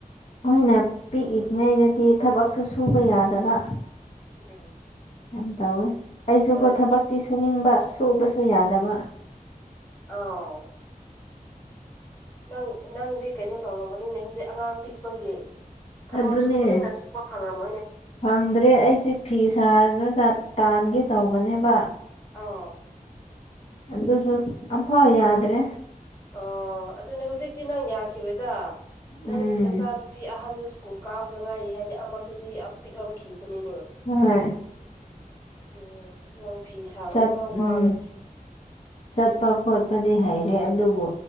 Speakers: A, on the left; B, on the left.
A: ꯃꯅ ꯄꯤꯛꯏꯛꯉꯩꯗꯗꯤ ꯊꯕꯛꯁꯨ ꯁꯨꯕ ꯌꯥꯗꯕ
B: ꯎꯝ
A: ꯌꯥꯝ ꯇꯧꯋꯦ ꯑꯩꯁꯨꯀꯣ
B: ꯍꯣꯏ
A: ꯊꯕꯛꯇꯤ ꯁꯨꯅꯤꯡꯕ ꯁꯨꯕꯁꯨ ꯌꯥꯗꯕ
B: ꯑ ꯅꯪ ꯅꯪꯗꯤ ꯀꯩꯅꯣ ꯇꯧꯔꯝꯒꯅꯤꯅꯦ ꯍꯧꯖꯤꯛ ꯑꯉꯥꯡ ꯄꯤꯛꯄꯒꯤ ꯊꯕꯛꯁꯨ
A: ꯑꯗꯨꯅꯦ
B: ꯄꯦꯟꯅ ꯁꯨꯕ ꯐꯪꯉꯃ
A: ꯐꯪꯗ꯭ꯔꯦ ꯑꯩꯁꯦ ꯐꯤ ꯁꯥꯔꯈ꯭ꯔꯒ ꯇꯥꯟꯒꯦ ꯇꯧꯕꯅꯦꯕ
B: ꯑ
A: ꯑꯗꯨꯗꯁꯨ ꯑꯐꯥꯎ ꯌꯥꯗ꯭ꯔꯦ
B: ꯑꯣ ꯑꯗꯨꯅꯦ ꯍꯧꯖꯤꯛꯇꯤ ꯅꯪ ꯌꯥꯈꯤꯔꯣꯏꯗ ꯅꯪ
A: ꯎꯝ
B: ꯅꯆꯥꯅꯨꯄꯤ ꯑꯍꯟꯗꯨ ꯁ꯭ꯀꯨꯜ ꯀꯥꯕꯗ ꯉꯥꯏꯔꯤ ꯍꯥꯏꯗꯤ ꯑꯃꯛꯇꯨꯗꯤ ꯌꯥꯝ ꯄꯤꯛꯂꯝꯈꯤ ꯁꯤꯅꯤꯅꯦ
A: ꯍꯣꯏ
B: ꯎꯝ ꯅꯪ ꯐꯤ ꯁꯥꯕ
A: ꯠ
B: ꯈꯔ
A: ꯎꯝ
B: ꯋꯥꯒꯅꯤ
A: ꯆꯠꯄ ꯈꯣꯠꯄꯗꯤ ꯍꯔꯦ ꯑꯗꯨꯕꯨ